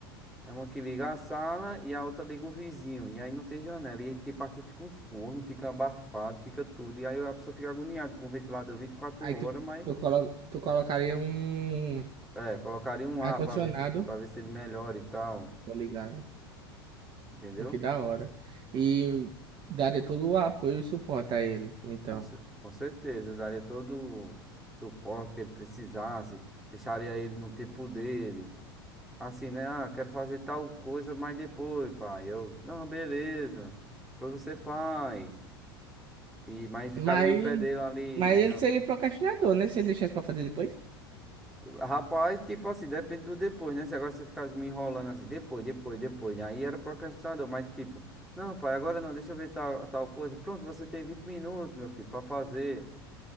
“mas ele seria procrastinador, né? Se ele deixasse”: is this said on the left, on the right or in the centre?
Right